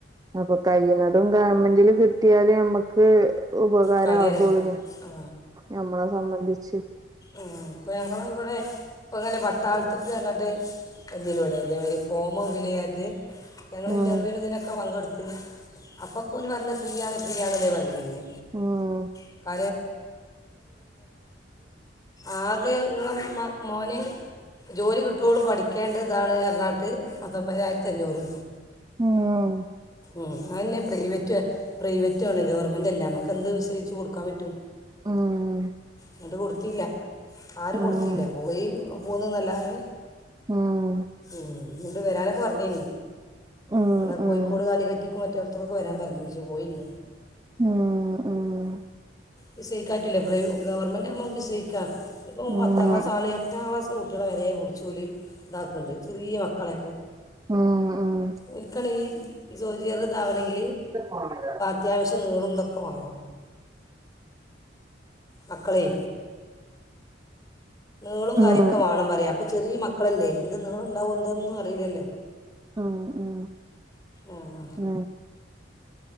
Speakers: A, on the right; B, on the left.
A: അപ്പൊ കയ്യ്ന്നതും ഗവൺമെന്റില് കിട്ടിയാല് ഞമ്മക്ക്. ഉപകാരാകുള്ളു
B: കാര്യം ആ
A: ഞമ്മളെ സംബന്ധിച്ച്.
B: ആഹ് ഇപ്പം ഞങ്ങളിവിടെ. ഇപ്പങ്ങനെ പട്ടാളത്ത്ക്ക് പറഞ്ഞാണ്ട് വന്നീലേയ് ഇവിടെ ഇതേ മാതിരി ഫോമ് ഫില് ചെയ്യാ ഞങ്ങൾ
A: ഉം
B: ഇൻറർ്യൂവിന് ഇതിനൊക്കെ പങ്കെടുത്ത് അപ്പൊക്കോല്‌ പറഞ്ഞത് ഫ്രീയാണ് ഫ്രീയാണ് ആണെന്ന് പറഞ്ഞിന്ന്.
A: ഉം
B: <unintelligible> ആകെ ഇങ്ങളെ മോന് ജോലി കിട്ടോളം പഠിക്കേണ്ടത് ഇതാണ് പറഞ്ഞാട്ട് പത്തൊൻമ്പതിനായിരത്തി അഞ്ഞൂറ്.
A: മ്....
B: ഉം അയന്നെ പ്രൈവറ്റ് പ്രൈവറ്റു ആണ് ഗവർമെന്റ് അല്ല നമ്മുക്ക് എന്ത് വിശ്വസിച്ചും കൊടുക്കാൻ പറ്റും.
A: ആഹ്
B: ന്നിട്ട് കൊടുത്തില്ല ആരും
A: ഉം
B: കൊടുത്തില്ല പോയി പോന്നുന്നല്ലാതെ.
A: ഉം
B: ഉം ഇന്നിട്ട് വരാനൊക്കെ പറഞ്ഞിനി.
A: ഉം ഉം
B: ഇവിടെ
A: ഉം
B: കോഴിക്കോട് കാലിക്കറ്റ്ക്കും മറ്റോട്ത്തോക്കെ വരാൻ പറഞ്ഞീനി പക്ഷേ പോയില്ല
A: ഉം ഉം
B: വിസയിക്കാറ്റൂല ഗവൺമെന്റ ആകുമ്പോ വിസയിക്കാം ഇപ്പോ
A: ഉം
B: പത്താം ക്ലാസ് ആള് എട്ടാം ക്ലാസ്. കുട്ടികളെ വരെ പുടിച്ചോല് ഇതാക്ക്ണ്ട് ചെറിയ മക്കളൊക്കെ.
A: ആ ആ
B: ഓൽക്കാണെങ്കി ഈ സോൽ ജിയറ്താവണങ്കിൽ.
A: <unintelligible>
B: അത്യാവശ്യം നീളതൊക്കെ വാണം. മക്കളേ. നീളും കാര്യക്കെ
A: ഉം
B: വേണം പറയാ അപ്പൊ ചെറിയ മക്കളല്ലേ ത് നീളണ്ടാവോ ന്തോന്നും അറിയില്ല ലോ?
A: ആഹ് ആഹ്
B: ആഹ്
A: ആ